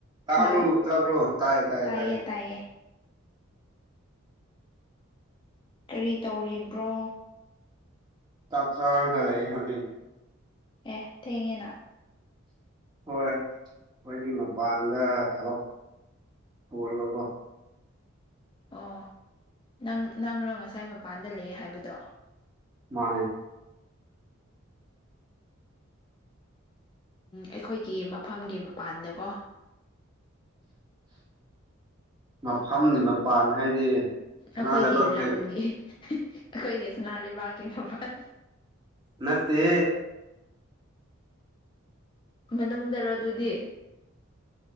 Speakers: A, on the right; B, on the left.
A: ꯇꯥꯕ꯭ꯔꯣ
B: Hello
A: ꯇꯥꯕ꯭ꯔꯣ ꯇꯥꯏ ꯇꯥꯏ
B: ꯇꯥꯏꯌꯦ
A: ꯇꯥꯏ
B: ꯇꯥꯏꯌꯦ ꯀꯔꯤ ꯇꯧꯔꯤꯕ꯭ꯔꯣ
A: ꯇ ꯆꯥꯔꯒ ꯂꯩ ꯍꯧ
B: ꯑꯦ ꯊꯦꯡꯉꯦꯅ
A: ꯍꯣꯏ ꯑꯩꯈꯣꯏꯗꯤ ꯃꯄꯥꯟꯗ ꯊꯕꯛ ꯇꯒꯀꯣ
B: ꯑꯣ ꯅꯪ ꯅꯪꯔꯣ ꯉꯁꯥꯏ ꯃꯄꯥꯟꯗ ꯂꯩꯌꯦ ꯍꯥꯏꯕꯗꯣ
A: ꯃꯥꯥꯏ
B: ꯑꯩꯈꯣꯏꯒꯤ ꯃꯐꯝꯒꯤ ꯃꯄꯥꯟꯗꯀꯣ
A: ꯃꯐꯝꯗꯤ ꯃꯄꯥꯟ ꯍꯥꯏꯗꯤ ꯁꯅꯥ
B: ꯑꯩꯈꯣꯏꯒꯤ
A: ꯂꯩꯕꯥꯛꯀꯤ
B: ꯂꯝꯒꯤ ꯑꯩꯈꯣꯏꯒꯤ ꯁꯅꯥ ꯂꯩꯕꯥꯛꯀꯤ ꯃꯐꯝꯜ
A: ꯅꯠꯇꯦ
B: ꯃꯅꯨꯡꯗꯔꯣ ꯑꯗꯨꯗꯤ